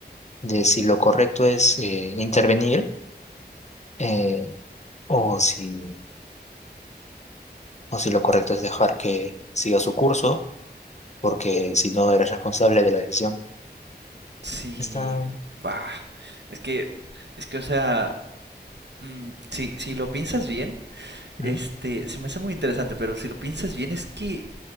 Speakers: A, on the left (about 40°); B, on the right (about 80°).
A: de si lo correcto es eh, intervenir eh, o si, o si lo correcto es dejar que siga su curso porque si no eres responsable de la decisión.
B: Sí,
A: Está,
B: va. Es que, es que, o sea, mm, si, si lo piensas bien, este,
A: ujú,
B: se me hace muy interesante, pero si lo piensas bien es que